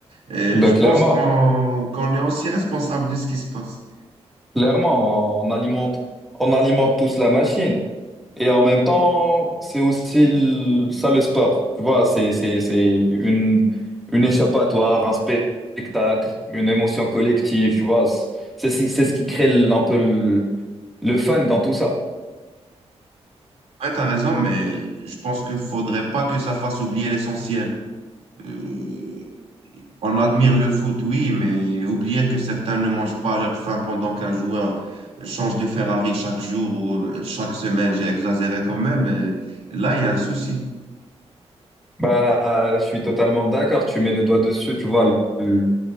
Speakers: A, on the right; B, in the centre.
A: Et
B: bah
A: je
B: clairement,
A: pense qu'on qu'on est aussi responsable de ce qui se passe.
B: clairement, on alimente, on alimente tous la machine. Et en même temps, c'est aussi le- ça le sport. Tu vois, c'est, c'est, c'est une, une échappatoire, un spectacle, une émotion collective. Tu vois, c'est c'est ce c'est ce qui crée l- un peu le, le fun dans tout ça.
A: Ouais, t'as raison, mais je pense qu'il faudrait pas que ça fasse oublier l'essentiel. Euh, on admire le foot, oui, mais oublier que certains ne mangent pas à leur faim pendant qu'un joueur change de Ferrari chaque jour ou chaque semaine, j'ai exagéré quand même, mais là, il y a un souci.
B: Bah, je suis totalement d'accord. Tu mets le doigt dessus. Tu vois, le,